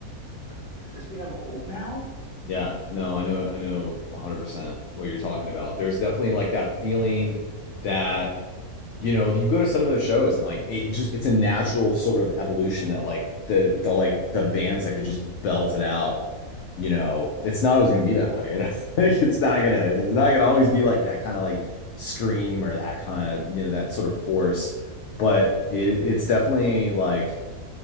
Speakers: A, on the left; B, on the left.
A: Like, does this mean I'm old now?
B: Yeah, no, I know, I know 100% what you're talking about. There's definitely like that feeling that, you know, you go to some of those shows and like it, it just it's a natural sort of evolution that like the the like the bands that could just belt it out, you know, it's not always gonna be that way. You know? <laughs> Like it's not gonna it's not gonna always be like that kind of like scream or that kind of, you know, that sort of force. But it it's definitely like